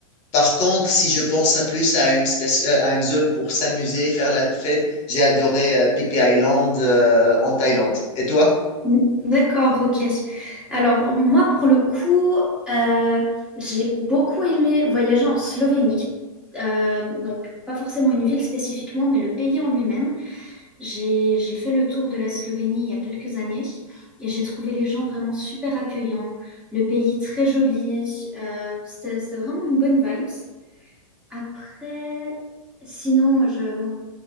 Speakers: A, on the left; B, in the centre.
A: Par contre, si je pense à plus à une, station- euh, à une zone pour s'amuser, faire la fête, j'ai adoré euh, Phi Phi Island euh, en Thaïlande. Et toi?
B: Mmh. D'accord, OK. Alors moi, pour le coup, heu, j'ai beaucoup aimé voyager en Slovénie. Hem, donc pas forcément une ville spécifiquement, mais le pays en lui-même. J'ai j'ai fait le tour de la Slovénie il y a quelques années et j'ai trouvé les gens vraiment super accueillants, le pays très joli, heu, c'était c'était vraiment une bonne vibes. Après, sinon, moi, je, bon,